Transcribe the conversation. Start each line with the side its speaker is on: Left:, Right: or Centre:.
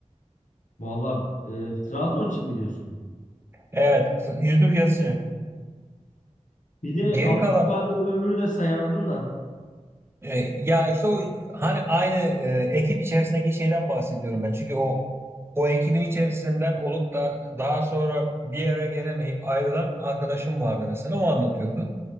Left: Vallahi e, Trabzon için mi diyorsun?
Right: Evet, Yusuf Yazıcı.
Left: Bir de
Right: Geri
Left: Abdülkadir
Right: kalan
Left: Ömür'ü de sayardım da.
Right: e, ya işte o hani aynı e, ekip içerisindeki şeyden bahsediyorum ben. Çünkü o o ekibin içerisinden olup da daha sonra bir yere gelemeyip ayrılan arkadaşım vardı mesela. O anlatıyordu.